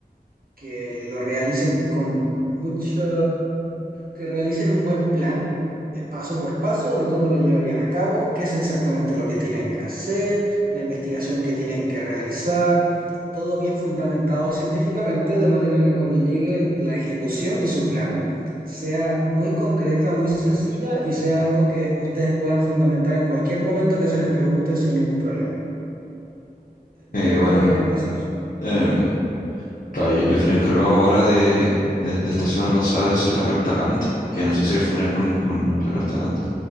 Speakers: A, on the right; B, on the left.
A: que lo realicen con mucho, que realicen un buen plan, eh, paso por paso, de cómo lo llevarían a cabo, qué es exactamente lo que tienen que hacer, la investigación que tienen que realizar, todo bien fundamentado científicamente, de manera que cuando llegue la ejecución de su plan, sea muy concreta, muy sencilla y sea algo que ustedes puedan fundamentar en cualquier momento que se les pregunte sin ningún problema.
B: Eh,
A: Por ahí
B: bueno,
A: podrían empezar.
B: em, claro, yo, yo fui el encargado ahora de, de, de esta semana pasada de hacer la carta Gantt, que no sé si eres familiar con, con
A: Ujú,
B: la carta Gantt,